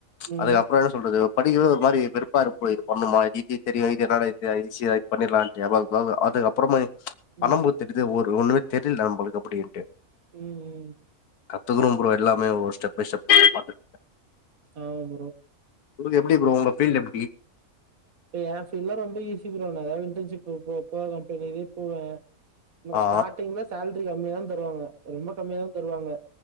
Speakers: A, on the right; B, on the left.
A: ம்
B: அதுக்கப்ரோ என்ன சொல்றது படிக்கவே ஒரு மாரி வெறுப்பா இருக்கு ஃப்ரோ இது பண்ணுமா இதி இது தெரியு இது என்னடா இது <unintelligible> பண்ணிரலான்ட்டு எபக் பவ் அதுக்கப்றமா
A: ம்
B: பண்ணம்போது தெரிது ஒரு ஒண்ணுமே தெரியல நம்மளுக்கு அப்டின்ட்டு
A: ம் ம்
B: கத்துக்கறும் ப்ரோ எல்லாமே ஒரு ஸ்டெப் பை ஸ்டெப்பா பாத்து
A: ஆமா ப்ரோ
B: உங்களுக்கு எப்டி ப்ரோ உங்க ஃபீல்டு எப்பிடி
A: க ஏ பீல்லா ரொம்ப ஈஸி ப்ரோ நான் எதாவது இன்டர்ன்ஷிப்பு போ போற கம்பெனிவே போவே நமக்கு
B: ஆ
A: ஸ்டார்டிங்ல சேல்ரி கம்மியா தா தருவாங்க ரொம்ப கம்மியா தா தருவாங்க